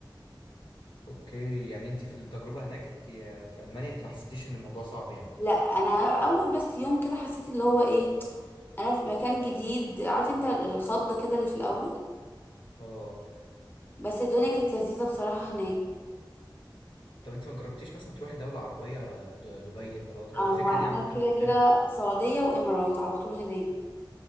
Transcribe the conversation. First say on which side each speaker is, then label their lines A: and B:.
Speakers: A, on the left (about 75°); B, on the left (about 25°).
A: اوكي يعني انت في التجربه هناك انت في المانيا انت ما حسيتيش ان الموضوع صعب يعني
B: لا انا اول بس يوم كده حسيت اللي هو ايه انا في مكان جديد عارف انت الخضه كده اللي في الاول
A: اه
B: بس الدنيا كانت لذيذه بصراحه هناك
A: طب انت ما جربتيش مثلا تروحي دوله عربيه د- دبي امارات او
B: او
A: الفكره
B: انا
A: دي عامه
B: كده
A: في دماغك
B: كده سعوديه وامارات على طول هناك